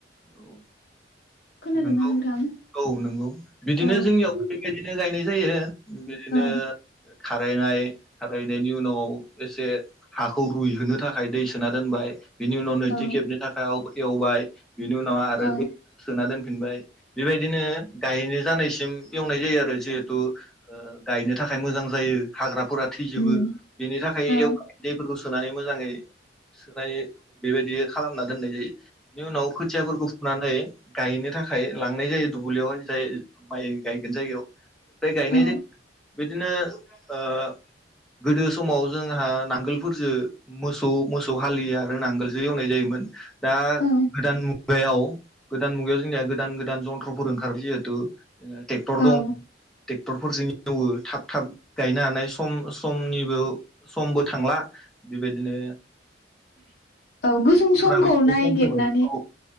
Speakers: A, in the centre; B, on the left.
A: औ
B: खोनादोंना
A: नंगौ
B: नोंथां
A: औ नंगौ बिदिनो
B: औ
A: जोंनियावबो बेबायदिनो गाय नाय जायो बिदिनो
B: औ
A: खारायनाय खाराय रायनायनि उनाव एसे हाखौ रुइहोनो थाखाय दै सोना दोनबाय बिनि उनाव नैथि
B: औ
A: खेबनि थाखाय एवबाय बेनि उनाव आरो
B: औ
A: दैखौ सोना दोन फिनबाय बेबायदिनो गायनो जानायसिम एवनाय जायो आरो जिहेथु ओ गायनो थाखाय मोजां जायो। हाग्राफोरा थैजोबो
B: उम
A: बेनि थाखाय
B: औ
A: एव दैफोरखौ सोनानै मोजाङै दायो बेबायदि खालामना दोननाय जायो। बेनि उनाव खोथियाफोरखौ फुनानै गायनो थाखाय लांनाय जायो दुब्लियावहाय जाय माइ गायगोन जायगायाव। ओमफाय गायनाय
B: औ
A: जायो। बिदिनो ओ गोदो समाव जोंहा नांगोलफोरजो मोसौ मोसौ हालियो आरो नांगोलजो एवनाय जायोमोन। दा
B: औ
A: मुगायाव गोदान मुगायाव जोंनिया गोदान गोदान जन्थ्रफोर ओंखारबाय जिहेथु जोङो टेक्टर
B: औ
A: दं ट्रेक्टरफोरजों एवो थाब थाब गायनो हानाय सम स समनिबो समबो थांला बेदिनो
B: औ गुसुं समखौ
A: एसे
B: नायगिरना
A: खम जाबाय औ